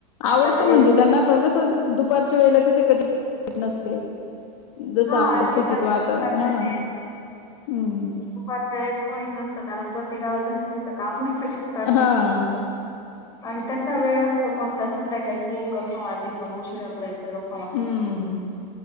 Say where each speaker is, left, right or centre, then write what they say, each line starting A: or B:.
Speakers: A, on the left; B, on the left.
A: आवडतं
B: आता तरी
A: म्हणजे त्यांना बग असं दुपारच्या वेळेला ति कधी नसते जसं
B: हा
A: आपल्या सिटीत
B: शेतात
A: वातावरण
B: दुपारच्या
A: हा हम्म
B: दुपारच्या वेळेस कोणी नसतं कारण प्रत्येकाला जेच त्याचं काम असतं काय शिकतात
A: हा
B: आणि त्यांना वेळ अस तो कोणता संध्याकाय खूप गप्पा मारतील मग उशिरापर्यंत गप्
A: हम्म